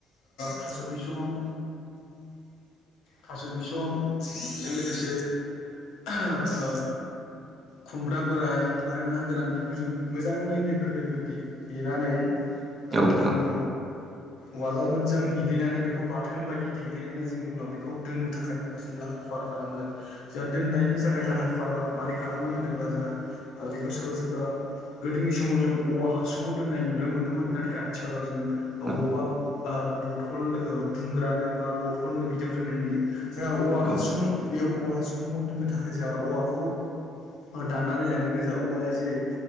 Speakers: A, on the left; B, on the right.
A: थास' बिसङाव थास' बिसंजों लोगोसे ओ खुमब्रा बोराय आरो ना गोरान बेखौ जों मोजाङै दोखो दे दोखो देनानै ओ
B: औ नोंथां
A: जोङो उवालाव मोजां दे देग्लिनानै बेखौ बाथोन बायदि देग्लिनानै जोंङो उनाव बेखौ दोननो थाखाय माखासे लाहार फाहार खालामगोन जा दोननायनि थाखाय लाहार फाहाराव माबारै खालामो होनोब्ला जोंहा बेखौ सोरबा सोरबा गोदोनि समाव जों औवा हासुङाव दोननाय नुनो मोनोमोन नाथाय आथिखालाव जों अबावबा
B: औ
A: ओ बथ बथल दुंग्रानो मा बथलनो बिदियाव दोननाय नुयो जोंहा औवा
B: औ
A: हासुं इयाव औवाहासुंआव दोननो थाखाय जोंहा औवाखौ ओ दाननानै लायनांगौ जोंहा औवाया जेरै